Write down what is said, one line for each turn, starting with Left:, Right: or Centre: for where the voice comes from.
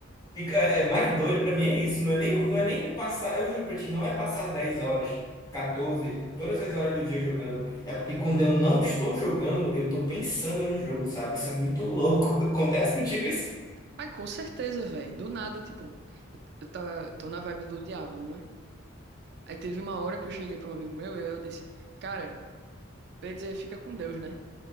Left: Fica, é mais doido pra mim é isso. Não é nem, não é nem passar, eu juro pra ti, não é passar 10 horas, 14 todas as horas do dia jogando. É porque quando eu não estou jogando, eu tô pensando no jogo, sabe? Isso é muito louco. <laughs> Acontece contigo isso?
Right: Ai, com certeza, velho. Do nada, tipo, eu eu tá, tô na vibe do Diablo, né? Aí teve uma hora que eu cheguei pra um amigo meu e eu disse, cara, eu ia dizer fica com Deus, né?